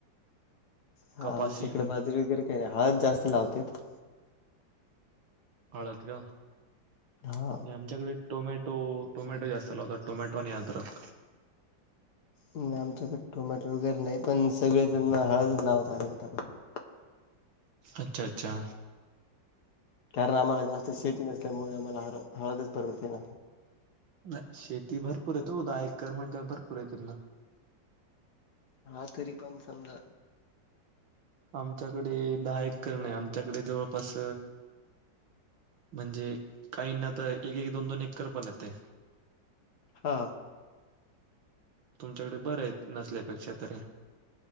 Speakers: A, on the left; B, on the right.
A: हा
B: कपासी,
A: आमच्या इकडे बाजरी वगैरे काय नाही हळद जास्त लावत्यात.
B: हळद का?
A: हा
B: आमच्याकडे टोमॅटो टोमॅटो जास्त लावतात टोमॅटो आणि आदरक
A: नाही आमच्याकडे टोमॅटो वगैरे नाही पण सगळे जण ना हळदच लावत आले आतापर्यंत
B: अच्छा अच्छा
A: कारण आम्हाला जास्त शेती नसल्यामुळे आम्हाला ह हळदच परवडते ना
B: नाही शेती भरपूर आहेत वो दहा एकर म्हटल्या भरपूर आहे त्यांना
A: हा तरी पण समजा
B: आमच्याकडे दहा एकर नाही आमच्याकडे जवळपास म्हणजे काहीना तर एक एक दोन दोन एकर पण येतय.
A: हा
B: तुमच्याकड बरं आहे नसल्यापेक्षा तरी